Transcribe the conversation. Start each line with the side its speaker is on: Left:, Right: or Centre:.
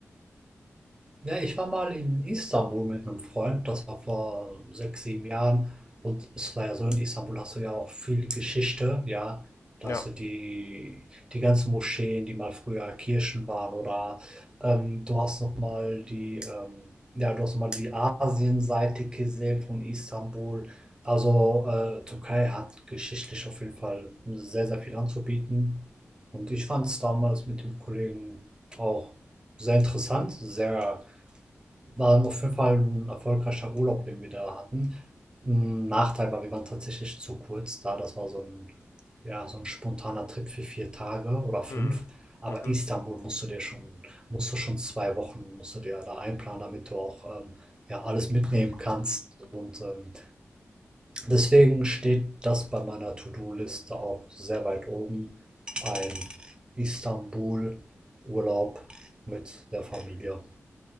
Right: Ja, ich war mal in Istanbul mit einem Freund, das war vor sechs, sieben Jahren. Und es war ja so, in Istanbul hast du ja auch viel Geschichte, ja. Da
Left: Ja.
Right: hast du die, die ganzen Moscheen, die mal früher Kirchen waren, oder ähm, du hast nochmal die, ähm, ja, du hast noch mal die Asienseite gesehen von Istanbul. Also äh, Türkei hat geschichtlich auf jeden Fall sehr, sehr viel anzubieten. Und ich fand es damals mit dem Kollegen auch sehr interessant, sehr war auf jeden Fall ein erfolgreicher Urlaub, den wir da hatten. 'N Nachteil war, wir waren tatsächlich zu kurz da. Das war so ein ja, so ein spontaner Trip für 4 Tage oder fünf.
Left: Hm.
Right: Aber
Left: Mhm.
Right: Istanbul musst du dir schon musst du schon 2 Wochen musst du dir da einplanen, damit du auch, ähm, ja, alles mitnehmen kannst. Und, ähm, deswegen steht das bei meiner To-do-Liste auch sehr weit oben, ein Istanbul-Urlaub mit der Familie.